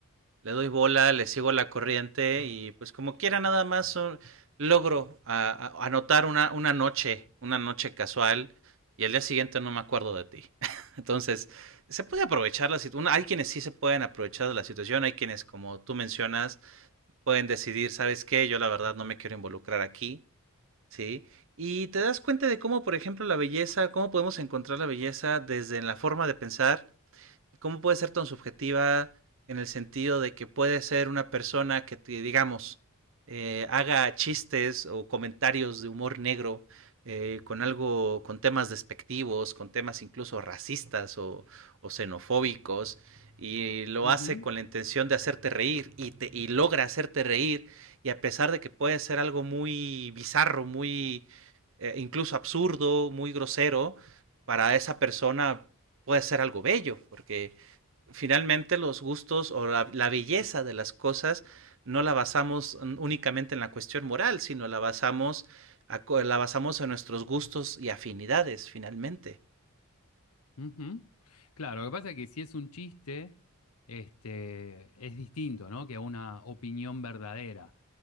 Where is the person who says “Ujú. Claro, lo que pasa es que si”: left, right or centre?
Left